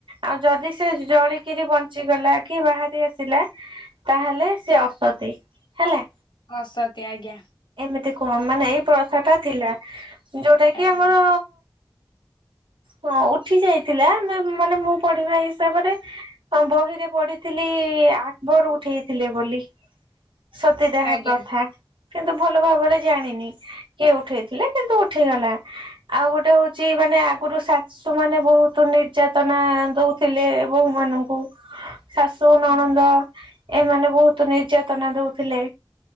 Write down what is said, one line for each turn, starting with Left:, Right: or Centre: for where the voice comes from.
Right: ଆଉ ଯଦି ସେ ଜଳିକିରି ବଞ୍ଚିଗଲା କି ବାହାରି ଆସିଲା। ତାହେଲେ ସିଏ ଅସତି ହେଲା।
Left: ହଁ ଅସତି ଆଜ୍ଞା।
Right: ଏମିତି କୂଅ ମାନେ ଏଇ ପ୍ରଥା ଟା ଥିଲା ଯୋଉଟା କି
Left: ଆଜ୍ଞା
Right: ଆମର ହଁ ଉଠି ଯାଇଥିଲା ମାନେ ମୁଁ ପଢିବା ହିସାବରେ ବହିରେ ପଡିଥିଲି ଆକବର ଉ ଉଠେଇଥିଲେ ବୋଲି ସତୀ ଦାହା
Left: ଆଜ୍ଞା
Right: ପ୍ରଥା। କିନ୍ତୁ ଭଲ ଭାବରେ ଜାଣିନି କିଏ ଉଠେଇଥିଲେ କିନ୍ତୁ ଉଠିଗଲା। ଆଉ ଗୋଟେ ହଉଛି ମାନେ ଆଗରୁ ଶାଶୁ ମାନେ ବହୁତ ନିର୍ଯାତନା ଦଉ ଥିଲେ ବୋହୂ ମାନଙ୍କୁ। ଶାଶୁ ନଣନ୍ଦ।
Left: ହୁଁ
Right: ଏମାନେ ବହୁତ ନିର୍ଯାତନା ଦଉଥିଲେ